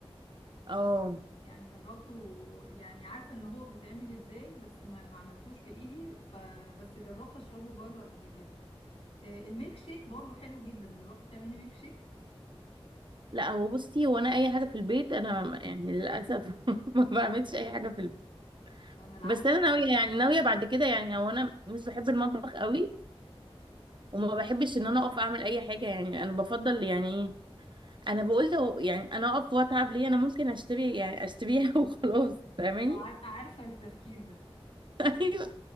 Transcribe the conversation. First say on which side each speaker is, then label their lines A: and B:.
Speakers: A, on the right (about 50°); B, on the left (about 75°).
A: اه
B: يعني جربته يعني عارفه ان هو بيتعمل ازاي بس ما, ما عملتوش بايدي فبس جربت اشربه بره قبل كده آه، الميلك شيك برضه حلو جدا جربت تعملي ميلك شيك
A: لا هو بصي هو انا اي حاجه في البيت انا م- يعني للاسف <laughs> ما بعملش اي حاجه في البيت
B: انا العكس
A: بس انا ناويه
B: خالص
A: يعني ناويه بعد كده يعني هو انا مش بحب المطبخ قوي وما بحبش ان انا اقف اعمل اي حاجه يعني انا بفضل يعني ايه انا بقول لو يعني انا اقف واتعب ليه انا ممكن اشتري يعني اشتريها <laughs> وخلاص فاهماني
B: عار- عارفه التفكير ده
A: <laughs> ايوه